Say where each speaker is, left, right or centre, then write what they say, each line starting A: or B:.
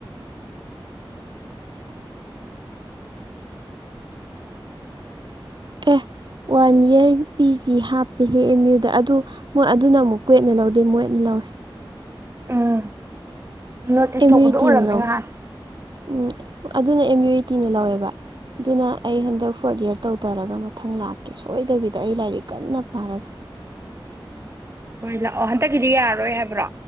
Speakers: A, on the right (about 55°); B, on the right (about 30°).
A: ꯇꯦ ꯋꯥꯟ ꯏꯌꯥꯔ ꯄꯤ ꯖꯤ ꯍꯥꯞꯄꯦ ꯍꯦ ꯑꯦꯝ ꯌꯨꯗ ꯑꯗꯨ ꯃꯣꯏ ꯑꯗꯨꯅ ꯑꯃꯨꯛ ꯀꯋꯦꯠꯅ ꯂꯧꯗꯦ ꯃꯣꯏꯅ ꯍ
B: ꯎꯝ ꯅꯣꯇꯤꯁ
A: ꯑꯦꯝ
B: ꯇꯧꯕꯗꯣ
A: ꯌꯨ ꯇꯤꯅ
B: ꯎꯔꯝꯃꯦ
A: ꯂꯧꯋꯦ
B: ꯉꯍ
A: ꯎꯝ ꯑꯗꯨꯅ ꯑꯦꯝ ꯌꯨ ꯏꯇꯤꯅ ꯂꯧꯋꯦꯕ ꯑꯗꯨꯅ ꯑꯩ ꯍꯟꯗꯛ ꯐꯣꯔꯠ ꯏꯌꯥꯔ ꯇꯧꯊꯔꯒ ꯃꯊꯪ ꯂꯥꯛꯀꯦ ꯁꯣꯏꯗꯕꯤꯗ ꯑꯩ ꯂꯥꯏꯔꯤꯛ ꯀꯟꯅ ꯄꯥꯔꯒ <inaudible>
B: ꯍꯣꯏ ꯂꯥꯛꯑꯣ ꯍꯟꯗꯛꯀꯤꯗꯤ ꯌꯥꯔꯔꯣꯏ ꯍꯥꯏꯕ꯭ꯔꯣ